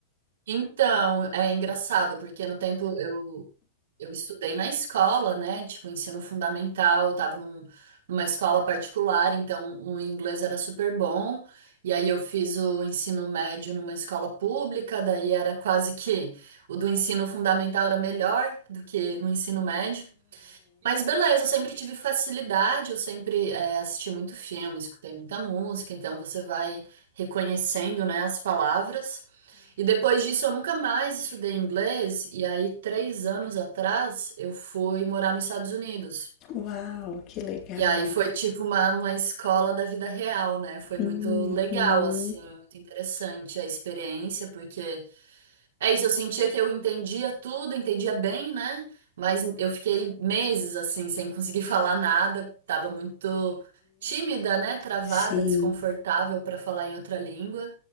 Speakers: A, on the right; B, on the left.
A: então, é engraçado, porque no tempo eu, eu estudei na escola, né? Tipo, ensino fundamental, eu tava num- numa escola particular, então o inglês era super bom. E aí eu fiz o ensino médio numa escola pública, daí era quase que o do ensino fundamental era melhor do que no ensino médio. Mas beleza, eu sempre tive facilidade, eu sempre eh, assisti muito filme, escutei muita música, então você vai reconhecendo, né, as palavras. E depois disso eu nunca mais estudei inglês, e aí três anos atrás eu fui morar nos Estados Unidos.
B: Uau, que legal.
A: E aí foi tipo uma, uma escola da vida real, né? Foi muito
B: Uhum,
A: legal, assim, muito interessante a experiência, porque é isso, eu sentia que eu entendia tudo, entendia bem, né? Mas eu fiquei meses assim, sem conseguir <laughs> falar nada, tava muito tímida, né? Travada,
B: sim.
A: desconfortável para falar em outra língua.